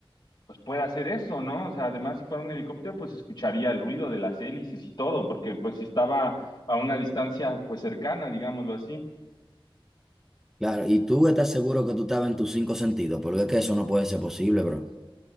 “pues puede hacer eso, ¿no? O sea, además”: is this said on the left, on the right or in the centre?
Left